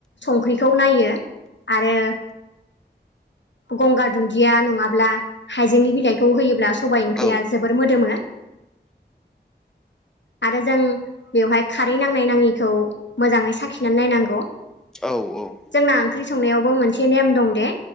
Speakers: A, on the left; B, in the centre.
A: संख्रिखौ नायो आरो गंगार दुन्दिया नङाब्ला हाइजेंनि बिलाइखौ होयोब्ला सबाइ
B: ओं
A: ओंख्रिया जोबोर मोदोमो आरो जों बेवहाय खारै नांनाय नाङिखौ मोजाङै साखिनानै नायनांगौ।
B: औ औ
A: जोंना ओंख्रि संनायावबो मोनसे नेम दं दे